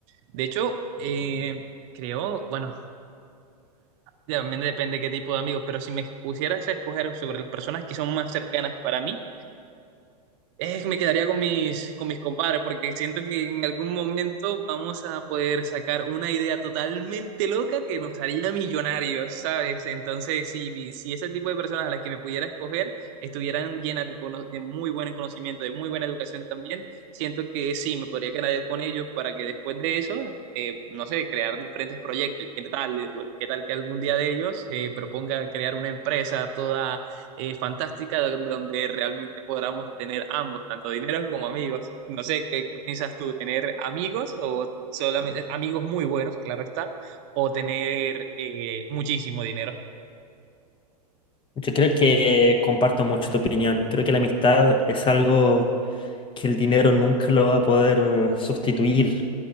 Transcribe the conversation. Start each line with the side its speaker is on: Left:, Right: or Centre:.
Right: De hecho, eh, creo, bueno, también depende qué tipo de amigos, pero si me pusieras a escoger sobre las personas que son más cercanas para mí, es que me quedaría con mis, con mis compadres, porque siento que en algún momento vamos a poder sacar una idea totalmente loca que nos haría millonarios, ¿sabes? Entonces, si, si ese tipo de personas a las que me pudiera escoger estuvieran llenas de, cono- de muy buen conocimiento, de muy buena educación también, siento que sí, me podría quedar con ellos para que después de eso, eh, no sé, crear diferentes proyectos. ¿Qué tal, qué tal que algún día de ellos se proponga crear una empresa toda eh, fantástica don- donde realmente podamos tener ambos, tanto dinero como amigos. No sé, ¿qué, qué piensas tú? ¿Tener amigos o solamente amigos muy buenos, claro está, o tener eh, muchísimo dinero?
Left: Yo creo que comparto mucho tu opinión. Creo que la amistad es algo que el dinero nunca lo va a poder sustituir.